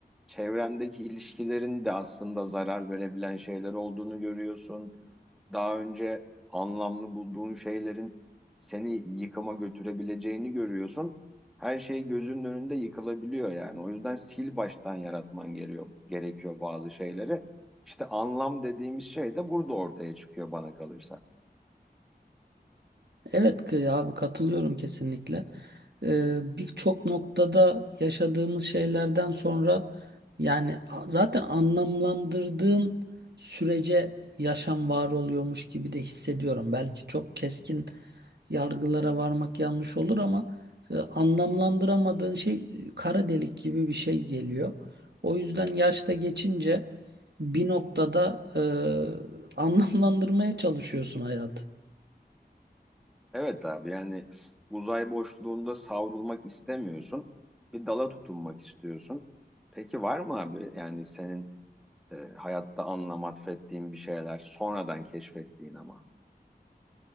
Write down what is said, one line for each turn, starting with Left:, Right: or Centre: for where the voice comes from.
Centre: çevrendeki ilişkilerin de aslında zarar verebilen şeyler olduğunu görüyorsun. Daha önce anlamlı bulduğun şeylerin seni yıkıma götürebileceğini görüyorsun her şey gözünün önünde yıkılabiliyor yani. O yüzden sil baştan yaratman gerekiyor, gerekiyor bazı şeyleri. İşte anlam dediğimiz şey de burada ortaya çıkıyor bana kalırsa.
Right: Evet ki abi katılıyorum kesinlikle. e, birçok noktada yaşadığımız şeylerden sonra yani a- zaten anlamlandırdığın sürece yaşam var oluyormuş gibi de hissediyorum. Belki çok keskin yargılara varmak yanlış olur ama e, anlamlandıramadığın şey e, kara delik gibi bir şey geliyor. O yüzden yaşta geçince bir noktada e, <laughs> anlamlandırmaya çalışıyorsun hayatı.
Centre: Evet abi yani s- uzay boşluğunda savrulmak istemiyorsun. Bir dala tutunmak istiyorsun. Peki var mı abi yani senin e, hayatta anlam atfettiğin bir şeyler sonradan keşfettiğin ama?